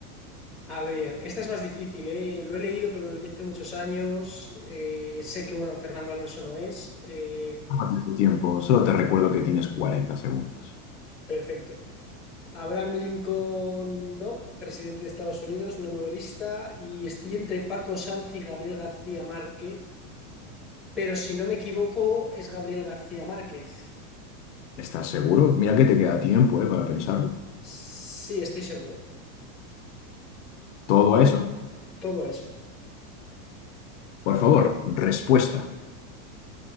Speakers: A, in the centre; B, on the left (about 55°).
A: A ver, esta es más difícil, ¿eh? Lo he leído, pero lo leí hace muchos años. Eh, sé que, bueno, Fernando Alonso no es. Eh,
B: Tómate tu tiempo, solo te recuerdo que tienes 40 segundos.
A: perfecto. Abraham Lincoln, no, presidente de Estados Unidos, no novelista. Y estoy entre Paco Sanz y Gabriel García Márquez. Pero si no me equivoco, es Gabriel García Márquez.
B: ¿Estás seguro? Mira que te queda tiempo, eh, para pensarlo.
A: Sí, estoy seguro.
B: ¿Todo a eso?
A: todo eso.
B: Por favor, respuesta.